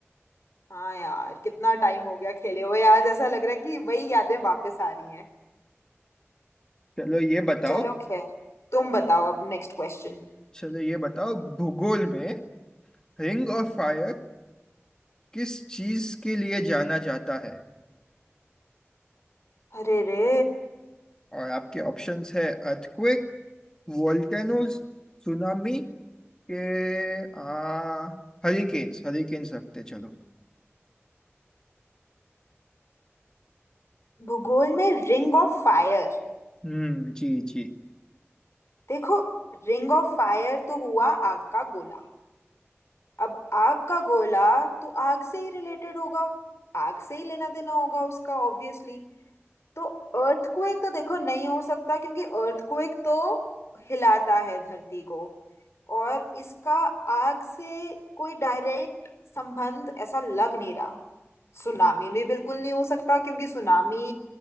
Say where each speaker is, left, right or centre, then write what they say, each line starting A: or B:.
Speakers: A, on the left; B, on the left.
A: हाँ यार कितना टाइम हो गया खेले हुए आज ऐसा लग रहा है कि वही यादें वापस आ रही हैं
B: चलो ये बताओ
A: चलो खैर तुम बताओ अब नेक्स्ट क्वेश्चन
B: चलो ये बताओ भूगोल में रिंग ऑफ फायर किस चीज के लिए जाना जाता है
A: अरे रे
B: और आपके ऑप्शंस है अर्थक्वेक वोल्केनोज सुनामी के आ हरिकेन्स हरिकेन्स रखते चलो
A: भूगोल में रिंग ऑफ फायर
B: हम्म जी जी
A: देखो रिंग ऑफ फायर तो हुआ आग का गोला अब आग का गोला तो आग से ही रिलेटेड होगा आग से ही लेना देना होगा उसका ऑब्वियसली तो अर्थक्वेक तो देखो नहीं हो सकता क्योंकि अर्थक्वेक तो हिलाता है धरती को और इसका आग से कोई डायरेक्ट संबंध ऐसा लग नहीं रहा सुनामी में बिल्कुल नहीं हो सकता क्योंकि सुनामी